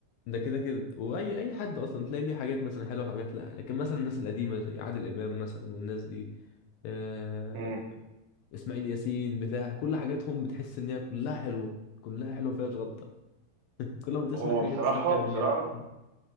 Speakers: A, on the left (about 80°); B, on the right (about 85°).
A: ده كده كده واي اي حد اصلا تلاقي ليه حاجات مثلا حلوه وحاجات لا لكن مثلا الناس القديمه زي عادل امام مثلا والناس دي آه
B: مم.
A: اسماعيل ياسين بتاع كل حاجاتهم بتحس ان هي كلها حلوه كلها حلوه ما فيهاش غلطه <laughs> كل ما تسمع
B: هو
A: حاجه
B: بصراحة
A: تستمتع
B: بصراحة
A: بيها م-